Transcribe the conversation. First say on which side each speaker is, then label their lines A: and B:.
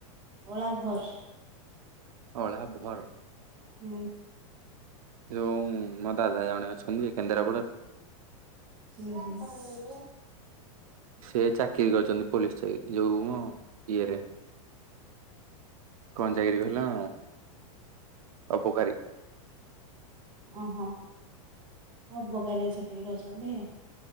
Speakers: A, on the right (about 25°); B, on the right (about 80°).
A: ଅଳାଭର।
B: ଅଳା ଭର।
A: ହୁଁ।
B: ଯୋଉ ମୋ ଦାଦା ଜଣେ ଅଛନ୍ତି କେନ୍ଦ୍ରାପଡ଼ାରେ।
A: ହୁଁ ହୁଁ।
B: ସେ ଚାକିରି କରିଛନ୍ତି ପୋଲିସ ଚାକିରି ଯୋଉ ଉଁ ଇଏରେ କଣ ଚାକିରି କହିଲି ନା ଅପକାରୀ
A: ଓହୋ ଅବକାରୀ ଚାକିରି କରିଛନ୍ତି।